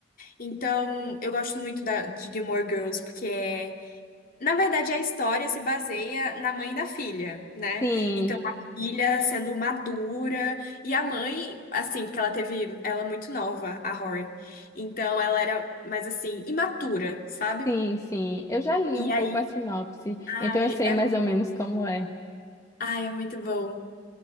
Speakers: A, on the left; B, on the left.
A: Então, eu gosto muito da... de Gilmore Girls, porque é na verdade, a história se baseia na mãe e na filha, né?
B: Sim.
A: Então, a filha sendo madura e a mãe, assim, porque ela teve, ela é muito nova, a Rory. Então, ela era mais assim, imatura, sabe?
B: Sim, sim. Eu já li
A: E
B: um
A: aí,
B: pouco a sinopse,
A: ai,
B: então eu sei
A: é,
B: mais
A: mu-
B: ou menos como é.
A: ai, é muito bom.